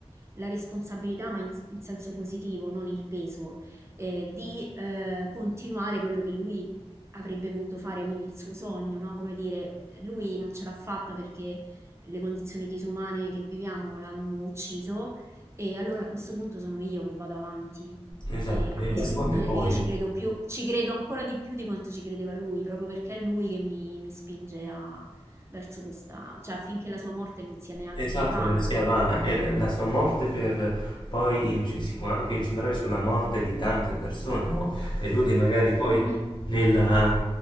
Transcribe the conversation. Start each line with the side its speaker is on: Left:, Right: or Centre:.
Right: la responsabilità, ma in in senso positivo, non il peso eh, di eh, continuare quello che lui Avrebbe voluto fare quindi il suo sogno, no, come dire, lui non ce l'ha fatta perché le condizioni disumane che viviamo l'hanno ucciso e allora a questo punto sono io che vado avanti.
Left: esatto,
Right: E a
Left: nella
Right: questo
Left: sua
Right: punto
Left: memoria.
Right: io ci credo più, ci credo ancora di più di quanto ci credeva lui, proprio perché è lui che mi, mi spinge a, verso questa, cioè affinché la sua morte non sia neanche
Left: Esatto,
Right: vana.
Left: non sia vana. E la la sua morte per poi inc- si può anche incentrare sulla morte di tante persone, no? E lui che magari poi
Right: Mhm,
Left: nella,